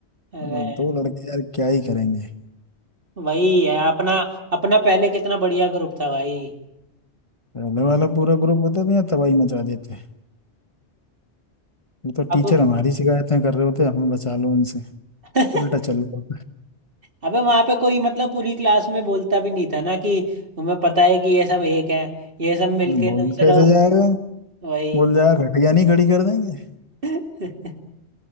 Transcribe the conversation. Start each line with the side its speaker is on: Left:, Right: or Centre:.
Right: अरे
Left: अब दो लड़के यार क्या ही करेंगे
Right: वही है अपना अपना पहले कितना बढ़िया ग्रुप था भाई
Left: पहले वाला पूरा ग्रुप होता था यार तबाही मचा देते वो तो
Right: अब
Left: टीचर हमारी शिकायतें कर रहे होते हमें बचा लो उनसे
Right: <laughs>
Left: उल्टा चल रहा होता
Right: अबे वहां पे कोई मतलब पूरी क्लास में बोलता भी नहीं था ना कि तुम्हें पता है कि ये सब एक हैं ये सब मिलके
Left: है। बोल
Right: दूसरा
Left: कैसे जाएगा
Right: वही
Left: बोल जाएगा घटिया नहीं खड़ी कर देंगे
Right: <laughs>